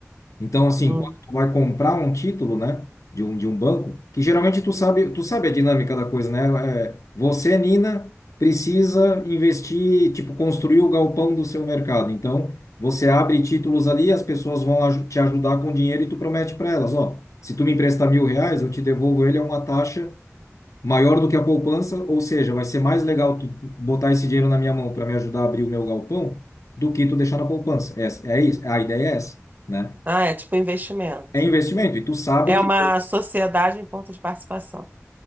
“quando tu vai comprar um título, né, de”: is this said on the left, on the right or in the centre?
Left